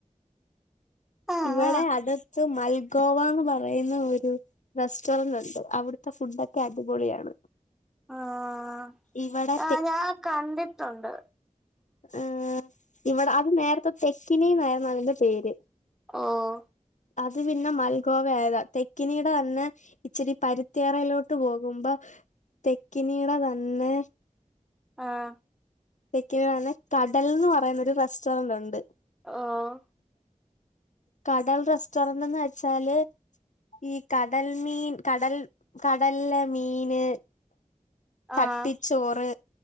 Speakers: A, in the centre; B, on the left.
A: ആഹ്
B: ഇവടെ അടുത്ത് മൽഗോവാന്ന് പറയുന്ന ഒരു റെസ്റ്റോറന്റ് ണ്ട് അവിട്ത്തെ ഫുഡ്ഡക്കെ അടിപൊളിയാണ്
A: ആഹ്
B: ഇവിടെ
A: ആ ഞാൻ കണ്ടിട്ടുണ്ട്
B: ആഹ് ഇവടെ അത് നേരത്തെ തെക്കിനി ന്നയിരുന്നു അതിന്റെ പേര്
A: ഓഹ്
B: അത് പിന്നെ മൽഗോവയിയതാ തെക്കിനീടെ അന്ന് ഇച്ചിരി പരുത്തിയറയിലോട്ട് പോകുമ്പം തെക്കിനീടെ തന്നെ
A: ആഹ്
B: <unintelligible> കടൽ ന്ന് പറയുന്നൊരു റെസ്റ്റോറന്റ് ണ്ട്
A: ഓഹ്
B: കടൽ റെസ്റ്റോറന്റ് ന്ന് വെച്ചാല് ഈ കടൽ മീൻ കടൽ കടല മീന് ചട്ടിച്ചോറ്
A: ആഹ്